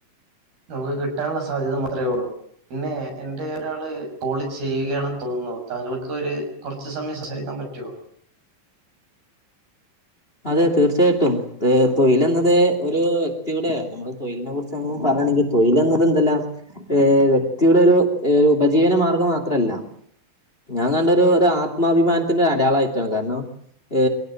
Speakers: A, on the right; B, on the left.
A: നമുക്ക് കിട്ടാനുള്ള സാധ്യത മാത്രമേ ഉള്ളു പിന്നെ എന്റെ ഒരാള് കോളി ചെയ്യുകയാണ തോന്നുന്നു താങ്കൾക്ക് ഒരു കുറച്ച സമയം സ <unintelligible> പറ്റോ
B: അതെ തീർച്ചയായിട്ടും തൊഴിൽ എന്നത് ഒരു വ്യക്തിയൂടെ നമ്മള് തൊഴിലിനെ കുറിച്ചൊ പറ ണെങ്കിൽ തൊഴിൽ എന്നത് എന്തെല്ലാം ഏ വ്യക്തിയുടെ ഒരു ഉപജീവന മാർഗം മാത്രല്ല ഞാൻ കണ്ടരു ആത്മാഭിമാനത്തിന്റെ അടയാളമായിട്ടാണ് കാരണം ഏ